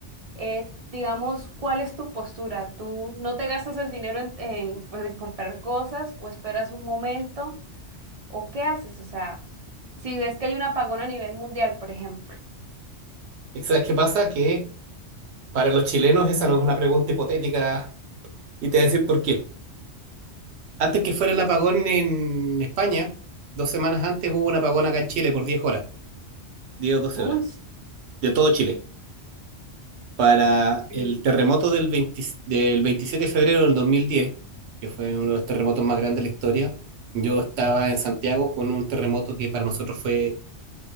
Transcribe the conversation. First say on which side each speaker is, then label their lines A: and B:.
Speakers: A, on the right; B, on the right.
A: eh, digamos, ¿cuál es tu postura? ¿Tú no te gastas el dinero en, en, pues, en comprar cosas o esperas un momento o qué haces? O sea, si ves que hay un apagón a nivel mundial, por ejemplo.
B: ¿Sabes qué pasa? Que para los chilenos esa no es una pregunta hipotética y te voy a decir por qué. Antes que fuera el apagón en España, dos semanas antes hubo un apagón acá en Chile por 10 horas, 10 o doce
A: Uy,
B: horas, de todo Chile. Para
A: sí.
B: el terremoto del 20 del 27 de febrero del 2010, que fue uno de los terremotos más grandes de la historia, yo estaba en Santiago con un terremoto que para nosotros fue